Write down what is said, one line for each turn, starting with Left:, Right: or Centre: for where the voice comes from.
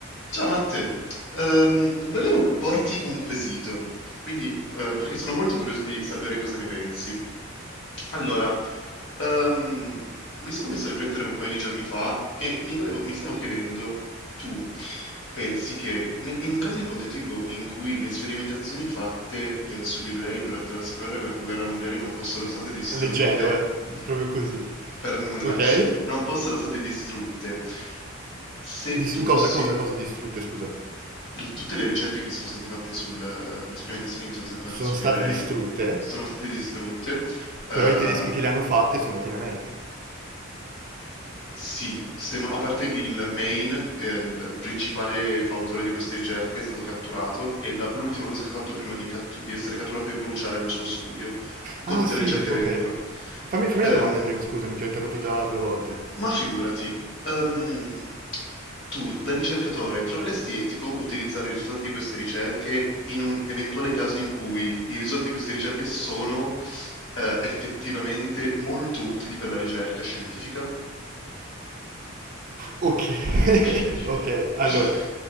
Left: Ciao Matte, Ehm, volevo porti un quesito, quindi, eh, perché sono molto curioso di sapere cosa ne pensi. Allora, ehm, mi sono messo a riflettere un paio di giorni fa e mi volevo- mi stavo chiedendo, tu pensi che nel- in un caso ipotetico in cui le sperimentazioni fatte, eh, sugli ebrei durante la seconda guerra guerra mondiale non fossero state distrutte
Right: Leggero, eh.
Left: <laughs>
Right: Proprio così.
Left: per nulla,
Right: Ok?
Left: non fossero state distrutte. Se
Right: Dis-
Left: tu
Right: in
Left: fossi...
Right: cosa, cosa, cosa distrutte, scusa?
Left: l- Tutte le ricerche che sono state fatte sul... le sperimentazioni che sono state fatte
Right: Sono
Left: sugli
Right: state
Left: ebrei
Right: distrutte,
Left: sono state distrutte eh,
Right: però i tedeschi che le hanno fatte sono andati in America.
Left: sì, se no- a parte il main, eh, il il principale fautore di queste ricerche che è stato catturato, e la- l'ultima cosa che ha fatto prima di, cattu- di essere catturato è bruciare il suo studio, con
Right: Ah,
Left: tutte
Right: sì,
Left: le ricerche
Right: ok.
Left: dentro.
Right: Fammi, fammi
Left: Ehm,
Right: la domanda prima, scusami, ti ho interrotto già due volte.
Left: ma figurati, ehm, tu da ricercatore troveresti etico utilizzare i risultati di queste ricerche in un eventuale caso in cui i risultati di queste ricerche sono, eh, effettivamente molto utili per la ricerca scientifica?
Right: Ok, <laughs>
Left: <laughs>
Right: ok, allora,